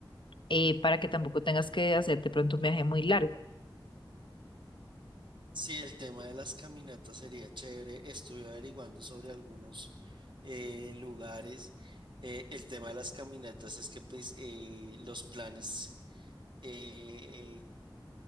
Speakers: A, on the left (about 75°); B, on the right (about 70°).
A: eh, para que tampoco tengas que hacer de pronto un viaje muy largo.
B: Sí, el tema de las caminatas sería chévere. Estuve averiguando sobre algunos eh, lugares. Eh, el tema de las caminatas es que pues, eh, los planes, eh,